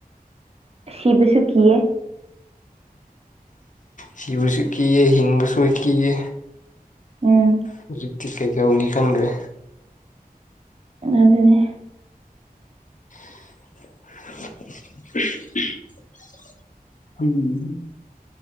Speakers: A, on the right; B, on the left.
A: ꯁꯤꯕꯁꯨ ꯀꯤꯌꯦ
B: ꯁꯤꯕꯁꯨ ꯀꯤꯌꯦ ꯍꯤꯡꯕꯁꯨ ꯀꯤꯌꯦ
A: ꯎꯝ
B: ꯍꯧꯖꯤꯛꯇꯤ ꯀꯩꯗꯧꯅꯤ ꯈꯪꯗ꯭ꯔꯦ
A: ꯑꯗꯨꯅꯦ
B: <inaudible> ꯎꯝ